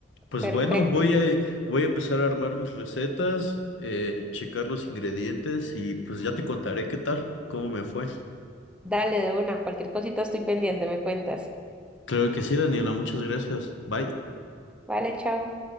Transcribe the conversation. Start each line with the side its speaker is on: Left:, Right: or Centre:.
Left: pues
Centre: Perfecto.
Left: bueno, voy a, voy a empezar a armar mis recetas, eh, checar los ingredientes y pues ya te contaré qué tal, cómo me fue.
Centre: Dale de una. Cualquier cosita estoy pendiente, me cuentas.
Left: Claro que sí, Daniela, muchas gracias. Bye.
Centre: Vale, chao.